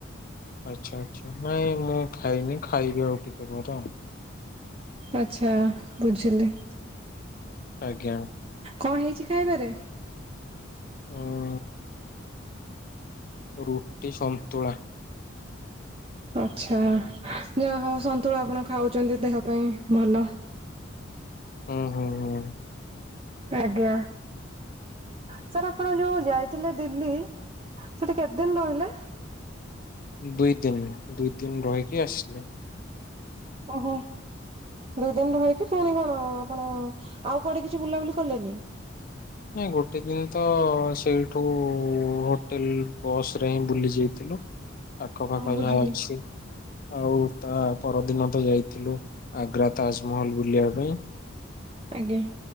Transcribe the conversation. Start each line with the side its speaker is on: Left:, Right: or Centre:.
Left: ଆଚ୍ଛା ଆଚ୍ଛା ନାଇଁ ମୁଁ ଖାଇନି ଖାଇବି ଆଉ ଟିକେ ଘରେ ଆଉ।
Right: ଆଚ୍ଛା ବୁଝିଲି।
Left: ଆଜ୍ଞା।
Right: କଣ ହେଇଛି ଖାଇବାରେ?
Left: <inaudible> ରୁଟି ସ ତୁଳା
Right: ଆଛା ଯାହା ହଉ ସନ୍ତୁଳା ଆପଣ ଖାଉଛନ୍ତି ଦେହ ପାଇଁ ଭଲ।
Left: ହୁଁ ହୁଁ ହୁଁ।
Right: ଆଜ୍ଞା ସାର୍ ଆପଣ ଯୋଉ ଯାଇଥିଲେ ଦିଲ୍ଲୀ। ସେଠି କେତେ ଦିନ ରହିଲେ?
Left: ଦଇ ଦିନ ଦୁଇ ଦିନ ରହିକି ଆସିଲ।
Right: ଓହୋ ଦୁଇ ଦିନ ରହିକି ପୁଣି କଣ ଆପଣ ଆଉ କୁଆଡେ କିଛି ବୁଲାବୁଲି କଲେନି?
Left: ନାଇଁ ଗୋଟେ ଦିନ ତ ସେଇଠୁ ହୋଟେଲ ବସ ରେ ହିଁ ବୁଲି ଯାଇଥିଲୁ ଆଖ ପାଖ
Right: ହଁ ବୁଝିଲି
Left: ଯାହା ଅଛି। ଆଉ ତା ପରଦିନ ତ ଯାଇଥିଲୁ ଆଗ୍ରା ତାଜମହଲ ବୁଲିବା ପାଇଁ।
Right: ଆଜ୍ଞା।